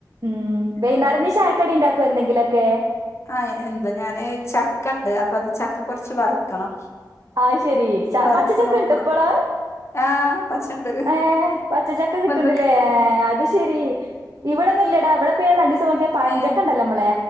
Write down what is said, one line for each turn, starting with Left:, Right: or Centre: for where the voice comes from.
Right: ഉം വെയ്ന്നേരഞ്ഞ്
Left: എന്നിട്ട്
Right: ചായക്കടി ഇണ്ടാക്കോ എന്തെങ്കിലൊക്കെ?
Left: ആഹ് എന്താ ഞാന് ചക്കണ്ട് അപ്പൊ അത് ചക്ക കൊറച്ച് വറക്കണം
Right: അയ് ശെരി
Left: വറുത്ത്
Right: പച്ചച്ചക്കണ്ട്
Left: നോക്കണം
Right: ഇപ്പള്?
Left: ആഹ് പച്ചണ്ട്
Right: ഏഹ് പച്ചച്ചക്ക കിട്ടിണ്ട്ലേ
Left: വന്നക്ക്
Right: ആഹ് അത് ശരി ഇവടൊന്നുല്ലടാ ഇവിടെപ്പൊ ഞാ രണ്ടീസന്നോക്ക്യെ പയഞ്ചക്കണ്ടല്ലോ
Left: ഏഹ്
Right: അമ്മളെ